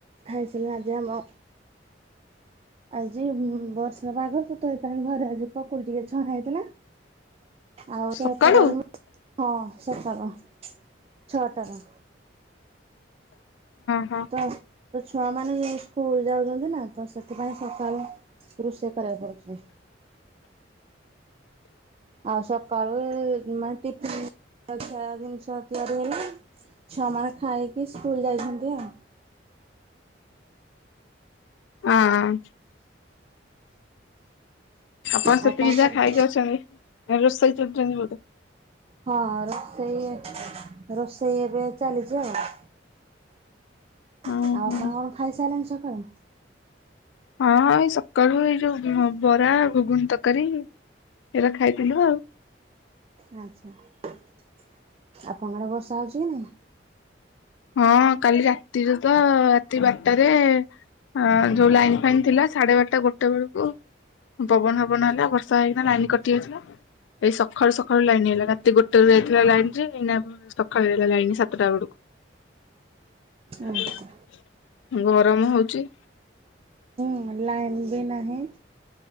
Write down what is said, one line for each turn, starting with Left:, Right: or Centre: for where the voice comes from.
Right: ଖାଇଥିଲି ଆଜି ଆମ
Left: <inaudible>
Right: ଆଜି ବର୍ଷା ପାଗ ତ। ତୋ ପାଇଁ ଘରେ ଆଜି ପକୁଡି ଟିକେ ଛଣା ହେଇଥିଲା। ଆଉ
Left: ସକାଳୁ
Right: ତୋ ଓପର ଘର ହଁ ସକାଳ ଛଅ ଟାର।
Left: ହଁ।
Right: ତ ତୋ ଛୁଆ ମାନେ ସ୍କୁଲ ଯାଉଚନ୍ତି ନା। ତ ସେଥିପାଇଁ ସକାଳୁ ରୋଷେଇ କରିବାକୁ ପଡ଼ୁଛି। ଆଉ ସକାଳୁ ଏମେ ଟିଫିନ <unintelligible> ଜିନିଷ ତିଆରି ହେଲା। ଛୁମା ମାନେ ଖାଇକି ସ୍କୁଲ ଯାଇଛନ୍ତି ଆଉ।
Left: ଆଁ କଣ ସେ
Right: ଆଉ
Left: ପ୍ରିଜା
Right: କର
Left: ଖାଇକି ଅଛନ୍ତି। ଏ ରୋଷେଇ ଚଲୁଚନ୍ତି ବୋଧେ।
Right: ହଁ ରୋଷେଇ ରୋଷେଇ ଏବେ ଚାଲିଚି ଆଉ।
Left: ଓହୋ।
Right: ଆଉ କଣ କଣ ଖାଇ ସାରିଲେଣି ସକାଳୁ?
Left: ହଁ ଏଇ ସକାଳୁ ଏଇ ଯୋଉ ବରା ଘୁଗୁନି ତରକାରୀ ଏଟା ଖାଇଥିଲୁ ଆଉ।
Right: ଆଚ୍ଛା ଆପଣଙ୍କ ଆଡ଼େ ବର୍ଷା ହେଉଚି କି ନାହିଁ।
Left: ହଁ କାଲି ରାତିରେ ତ ରାତି ବାରଟାରେ। ହଁ ଯୋଉ ଲାଇନ୍ ଫାଇନ୍ ଥିଲା ସାଢେ ବାରଟା ଗୋଟେ ବେଳୁକୁ। ପବନ ହବନ ହେଲା ଆ ବର୍ଷା ହେଇଗଥିଲା ଲାଇନ କଟି ଯାଇଥିଲା। ଏଇ ସକାଳୁ ସକାଳୁ ଲାଇନ ଆଇଲା ରାତି ଗୋଟେ ରୁ ଯାଇଥିଲା ଲାଇନ ଯେ ଏଇନା ସକାଳ ହେ ଲାଇନ ସା ତ ଟା ବେଳୁ
Right: ଆଚ୍ଛା।
Left: ଗରମ ହଉଚି।
Right: ହ ଲାଇନ ବି ନାହିଁ।